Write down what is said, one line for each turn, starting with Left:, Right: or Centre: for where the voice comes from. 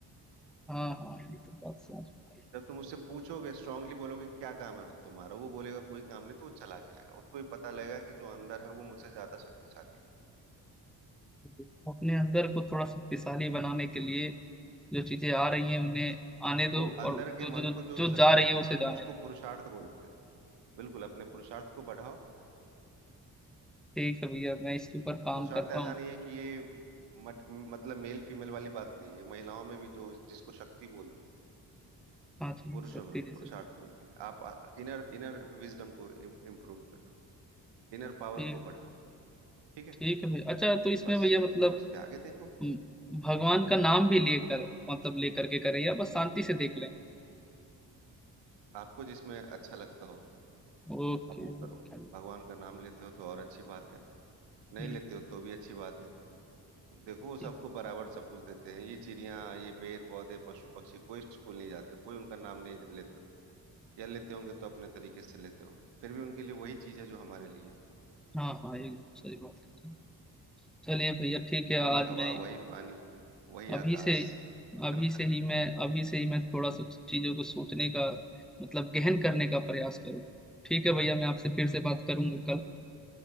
Centre: हाँ हाँ ये तो बात समझ में
Right: जब तुम उससे पूछोगे स्ट्रांगली बोलोगे क्या काम है तुम्हारा वो बोलेगा कोई काम नहीं तो वो चला जाएगा उसको भी पता लगेगा कि जो अंदर है वो मुझसे ज्यादा शक्तिशाली है
Centre: आई। अपने अंदर को थोड़ा शक्तिशाली बनाने के लिए जो चीजें आ रही हैं उन्हें आने दो
Right: वो अंदर
Centre: और
Right: के
Centre: जो
Right: मन
Centre: जो
Right: को जो
Centre: जो
Right: शक...
Centre: जा रही है
Right: हाँ
Centre: उसे जाने
Right: उसको
Centre: दो
Right: पुरुषार्थ बोलते हैं बिल्कुल अपने पुरुषार्थ को बढ़ाओ
Centre: ठीक है भैया मैं इसके ऊपर काम
Right: पुरुषार्थ
Centre: करता
Right: ऐसा
Centre: हूँ
Right: नहीं है कि ये मत, मतलब मेल फीमेल वाली बात नहीं है ये महिलाओं में भी जो जिसको शक्ति बोलते हैं
Centre: हाँ जी
Right: पुरुषों
Centre: शक्ति
Right: में
Centre: जैसे
Right: पुरुषार्थ बोलते हैं आप इनर इनर विजडम को इम्प्रूव करो इनर पावर
Centre: ठीक
Right: को बढ़ाओ ठीक है
Centre: ठीक है भैया अच्छा तो इसमें
Right: बस
Centre: भैया मतलब
Right: और उसके आगे देखो
Centre: हम्म, भगवान का नाम भी लेकर मतलब लेकर के करें या बस शांति से देख लें
Right: आपको जिसमें अच्छा लगता हो
Centre: Okay
Right: आप वो
Centre: okay
Right: करो भगवान का नाम लेते हो तो और अच्छी बात है नहीं
Centre: हम्म,
Right: लेते हो तो भी अच्छी बात है देखो वो
Centre: ठीक
Right: सबको बराबर सब कुछ देते हैं ये चिड़िया ये पेड़ पौधे पशु पक्षी कोई स्कूल नहीं जाते कोई उनका नाम नहीं लेता या लेते होंगे तो अपने तरीके से लेते होंगे फिर भी उनके लिए वही चीज है जो हमारे लिए
Centre: हाँ हाँ एकदम सही बात कर रहे हैं। चलिए भैया ठीक है
Right: वही
Centre: आज
Right: हवा
Centre: मैं
Right: वही पानी वही
Centre: अभी
Right: आकाश
Centre: से अभी
Right: है ना
Centre: से ही मैं अभी से ही मैं थोड़ा सा चीज़ों को सोचने का मतलब गहन करने का प्रयास करूँ ठीक है भैया मैं आपसे फिर से बात करूंगा
Right: बिल्कुल
Centre: कल
Right: बिल्कुल